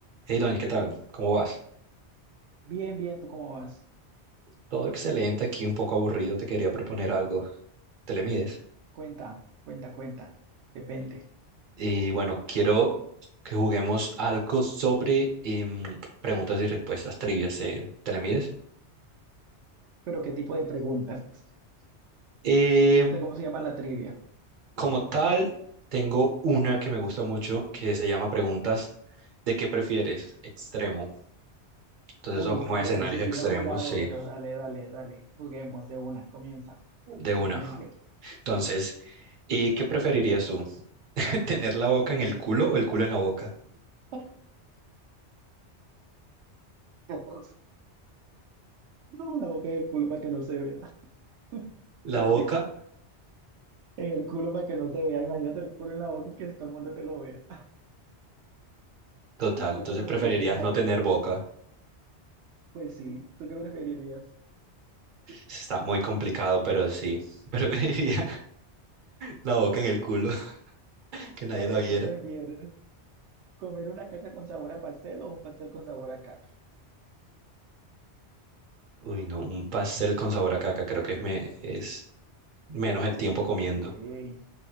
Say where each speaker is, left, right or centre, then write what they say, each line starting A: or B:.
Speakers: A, on the right; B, on the right.
A: Hey Donny, ¿qué tal? ¿Cómo vas?
B: Bien, bien, ¿tú cómo vas?
A: Todo excelente, aquí un poco aburrido, te quería proponer algo. ¿Te le mides?
B: Cuenta, cuenta, cuenta. Depende.
A: Y bueno, quiero que juguemos algo sobre em, preguntas y respuestas trivias. eh, ¿Te le mides?
B: Pero ¿qué tipo de preguntas? O
A: Eh,
B: sea, ¿cómo se llama la trivia?
A: como tal, tengo una que me gusta mucho que se llama preguntas de qué prefieres extremo. Entonces,
B: Uy,
A: son como
B: extremo,
A: escenarios
B: sí, sí
A: extremos,
B: lo he jugado,
A: sí,
B: pero dale, dale, dale. Juguemos de una, comienza.
A: de
B: Sin
A: una.
B: mente.
A: Entonces, ¿y qué preferirías tú? <laughs> ¿Tener la boca en el culo o el culo en la boca?
B: <laughs> Dios, No, la boca y el culo para que no se vea. <laughs>
A: La
B: Qué
A: boca
B: risa. En el culo para que no se vea. Imagínate el culo en la boca y que todo el mundo te lo vea.
A: Total,
B: <laughs> ¿Tú
A: entonces
B: qué preferirías
A: preferirías no
B: ahí?
A: tener boca.
B: Pues sí, ¿tú qué preferirías?
A: Está muy complicado, pero sí. <laughs> Preferiría la boca en el culo, <laughs> que nadie
B: A ver,
A: la viera.
B: ¿qué prefieres? ¿Comer una caca con sabor a pastel o un pastel con sabor a caca?
A: Uy, no, un pastel con sabor a caca, creo que es, me, es menos el tiempo comiendo,
B: Sí.